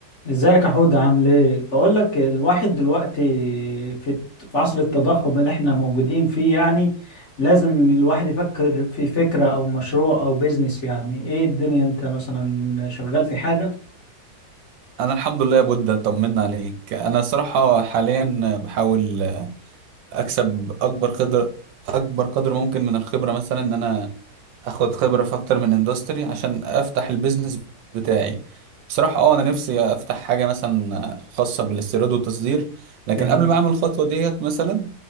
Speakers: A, on the left (about 40°); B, on the right (about 75°).
A: ازيك يا حود عامل ايه بقول لك الواحد دلوقتي في في عصر التضخم اللي احنا موجودين فيه يعني لازم الواحد يفكر في فكرة او مشروع او بيزنس يعني ايه الدنيا انت مثلا شغال في حاجة
B: انا الحمد لله يا بود انت طمنا عليك انا الصراحه حاليا بحاول اكسب اكبر قدر اكبر قدر ممكن من الخبره مثلا ان انا اخد خبره في اكتر من اندستري عشان افتح البيزنس بتاعي بصراحه اه انا نفسي افتح حاجه مثلا خاصه بالاستيراد والتصدير لكن
A: تمام
B: قبل ما اعمل الخطوه ديت مثلا